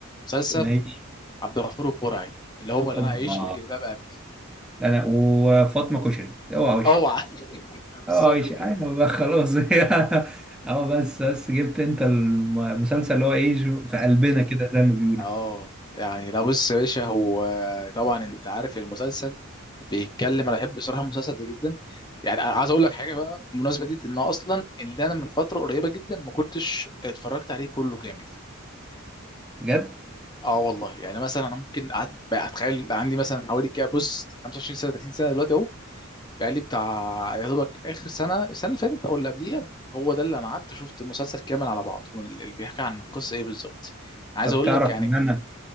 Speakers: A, on the left; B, in the centre.
A: مسلسل
B: ماشي
A: عبد الغفور البرعي اللي هو اللي
B: اوبا
A: انا عايش في جلباب ابي
B: انا وفاطمة كشري اوعى وشك
A: اوعى <laughs> بالظبط
B: اوعى وشك
A: كده
B: ايوه بقى خلاص <laughs> اه بس بس جبت انت الم- المسلسل اللي هو ايه جو- في قلبنا كده زي ما بيقولوا
A: اه يعني لا بص يا باشا هو طبعا انت عارف المسلسل بيتكلم انا بحب بصراحه المسلسل ده جدا يعني أنا عايز اقول لك حاجه بقى بالمناسبه دي ان اصلا اللي انا من فتره قريبه جدا ما كنتش اتفرجت عليه كله كامل
B: بجد
A: اه والله يعني مثلا انا ممكن قعدت بقى اتخيل عندي مثلا حوالي كده بص 25 سنه 30 سنه دلوقتي اهو بقى لي بتاع يا دوبك اخر سنه السنه اللي فاتت او اللي قبليها هو ده اللي انا قعدت شفت المسلسل كامل على بعض واللي بيحكي عن القصه ايه بالظبط عايز
B: طب
A: اقول
B: تعرف
A: لك يعني
B: ان انا